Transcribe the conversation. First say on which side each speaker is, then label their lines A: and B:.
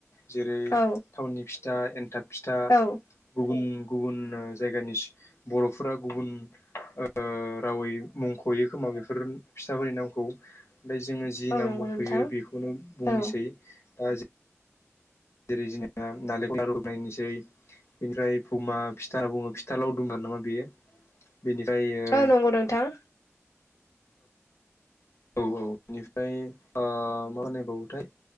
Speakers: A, on the left; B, on the left.
A: जेरै
B: औ
A: थावननि फिथा एन्थाब फिथा
B: औ
A: गुबुन गुबुन जायगानि बर'फोरा गुबुन ओ ओ रावै मुंख'यो खोमा बेफोर फिसाफोरनि नामखौ ओमफ्राय जोङो जि
B: औ
A: नाम
B: नंगौ
A: बुंफैयो
B: नोंथां
A: बेखौनो बुंनोसै
B: औ
A: दा जेरै जोंना नालेंखल न रुंनायनोसै। बेनिफ्राय बुमा फिथा बुङो फिथा लावदुम नामा बेयो बेनिफ्राय ओ
B: औ नंगौ नोंथां।
A: औ औ बेनिफ्राय ओ मा होननाय बावोथाय